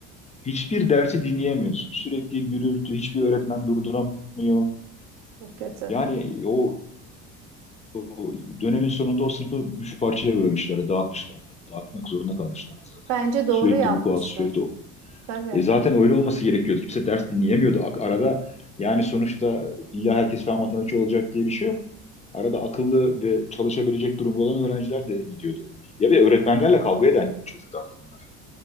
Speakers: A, on the left (about 20°); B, on the right (about 70°).
A: hiçbir dersi dinleyemiyorsun. Sürekli gürültü, hiçbir öğretmen durduramıyor.
B: çok kötü.
A: Yani o, o dönemin sonunda o sınıfı üç parçaya bölmüşlerdi, dağıtmışlardı. Dağıtmak zorunda kalmışlardı zaten.
B: Bence doğru
A: Sürekli
B: yapmışlar.
A: bu kuat, sürekli o.
B: Tabii.
A: E zaten öyle olması gerekiyordu. Kimse ders dinleyemiyordu. Ak- Arada yani sonuçta illa herkes fen matematikçi olacak diye bir şey yok. Arada akıllı ve çalışabilecek durumda olan öğrenciler de gidiyordu. Ya bir öğretmenlerle kavga eden çocuklardı bunlar.